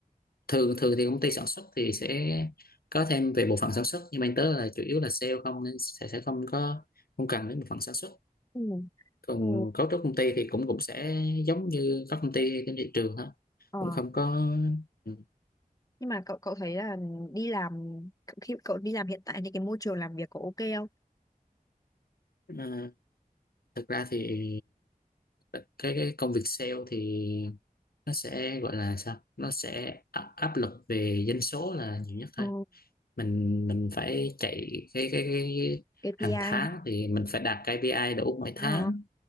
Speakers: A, on the left (about 80°); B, on the left (about 25°).
A: thường thường thì công ty sản xuất thì sẽ có thêm về bộ phận sản xuất nhưng mà anh tớ là chủ yếu là sale không nên sẽ sẽ không có không cần đến bộ phận sản xuất
B: ừ
A: còn
B: ừ
A: cấu trúc công ty thì cũng cũng sẽ giống như các công ty trên thị trường thôi
B: ờ
A: cũng không có ừ.
B: nhưng mà cậu cậu thấy là đi làm khi cậu đi làm hiện tại thì cái môi trường làm việc có ok không
A: à, thực ra thì cái, cái công việc sale thì nó sẽ gọi là sao nó sẽ áp áp lực về doanh số là nhiều nhất
B: ờ
A: thôi mình mình phải chạy cái cái cái
B: KPI
A: hàng tháng
B: hả
A: thì mình phải đạt KPI đủ mỗi tháng
B: ờ